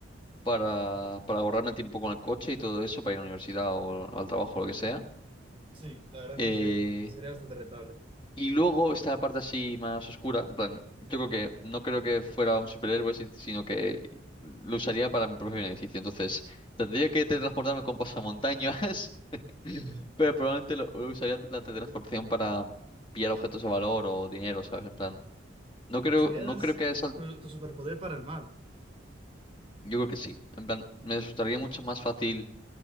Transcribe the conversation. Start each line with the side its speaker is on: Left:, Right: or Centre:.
Left: para, para ahorrarme el tiempo con el coche y todo eso, para ir a la universidad o al trabajo o lo que sea.
Right: Sí, la verdad
Left: Eh,
Right: es que se- sería bastante rentable.
Left: y luego está la parte así más oscura, en plan, yo creo que no creo que fuera un superhéroe, si- sino que lo usaría para mi propio beneficio. Entonces, tendría que teletransportarme con pasamontañas, <laughs> pero probablemente lo, lo usaría la teletransportación para pillar objetos de valor o dinero, ¿sabes? En plan, no creo,
Right: Usarías
Left: no creo que sal-
Right: tu, tu superpoder para el mal.
Left: yo creo que sí. En plan, me resultaría mucho más fácil